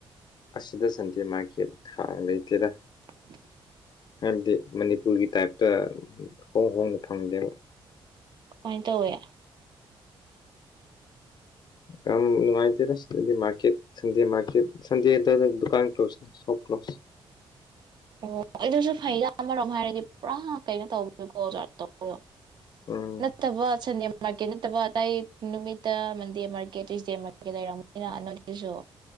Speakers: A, on the left; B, on the right.
A: ꯑꯁꯤꯗ ꯁꯟꯗꯦ ꯃꯥꯔꯀꯦꯠ ꯍꯥꯡ ꯂꯩꯇꯦꯗ
B: <unintelligible>
A: ꯍꯥꯏꯕꯗꯤ ꯃꯅꯤꯄꯨꯔꯒꯤ ꯇꯥꯏꯞꯇ ꯍꯣꯡ ꯍꯣꯡꯅ ꯐꯪꯗꯦꯕ
B: ꯀꯃꯥꯏꯟ ꯇꯧꯋꯤ
A: ꯌꯥꯝ ꯅꯨꯡꯉꯥꯏꯇꯦꯗ ꯁꯤꯗꯗꯤ ꯃꯥꯔꯀꯦꯠ ꯁꯟꯗꯦ ꯃꯥꯔꯀꯦꯠ ꯁꯟꯗꯦꯗꯅ ꯗꯨꯀꯥꯟ ꯀ꯭ꯂꯣꯁꯅꯤ ꯁꯣ ꯀ꯭ꯂꯣꯁ
B: ꯑꯣ ꯑꯗꯨꯁꯨ ꯐꯩꯗ ꯑꯃꯔꯣꯝ ꯍꯥꯏꯔꯗꯤ ꯄꯨꯔꯥ ꯀꯩꯅꯣ ꯇꯧꯕꯗꯨꯀꯣ ꯖꯥ ꯇꯧꯕꯗꯣ
A: ꯎꯝ
B: ꯅꯠꯇꯕ ꯁꯟꯗꯦ ꯃꯥꯔꯀꯦꯠ ꯅꯠꯇꯕ ꯑꯇꯩ ꯅꯨꯃꯤꯠꯇ ꯃꯟꯗꯦ ꯃꯥꯔꯀꯦꯠ ꯇ꯭ꯋꯤꯏꯁꯗꯦ ꯃꯥꯔꯀꯦꯠ ꯂꯩꯔꯝ ꯅꯤꯅ ꯅꯣꯏꯗꯨꯁꯨ